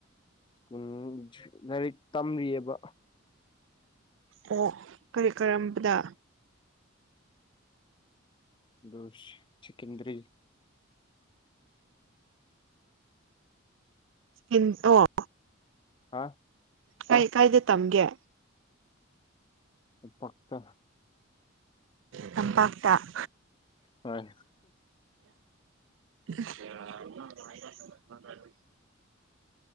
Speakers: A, on the left; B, on the right.
A: ꯎ ꯂꯥꯏꯔꯤꯛ ꯇꯝꯔꯤꯑꯦꯕ
B: ꯑꯣ ꯀꯔꯤ ꯀꯔꯝꯕꯗ
A: ꯗꯣꯁ ꯁꯦꯀꯦꯟꯗ꯭ꯔꯤ
B: <unintelligible> ꯑꯣ
A: ꯍꯥ
B: ꯀꯩ ꯀꯥꯏꯗ ꯇꯝꯒꯦ
A: ꯂꯝꯄꯥꯛꯇ
B: ꯇꯝꯄꯥꯛꯇ <unintelligible>
A: ꯍꯣꯏ
B: <unintelligible> <unintelligible>